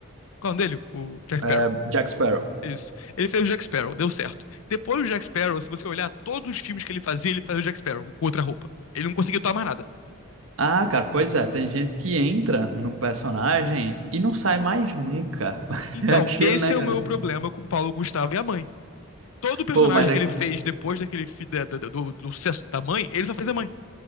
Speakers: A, on the left; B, on the right.
A: Qual é o nome dele? O Jack Sparrow.
B: É, Jack Sparrow.
A: Isso. Ele fez o Jack Sparrow, deu certo. Depois do Jack Sparrow, se você olhar todos os filmes que ele fazia, ele fazia o Jack Sparrow com outra roupa. Ele não conseguiu tomar nada.
B: Ah, cara, pois é. Tem gente que entra num personagem e não sai mais nunca. <laughs>
A: Então,
B: É aquele
A: esse
B: negócio.
A: é o meu problema com o Paulo Gustavo e a mãe. Todo personagem
B: Pô, mas é
A: que ele fez depois daquele fi- da- da- do, do sucesso da mãe, ele só fez a mãe.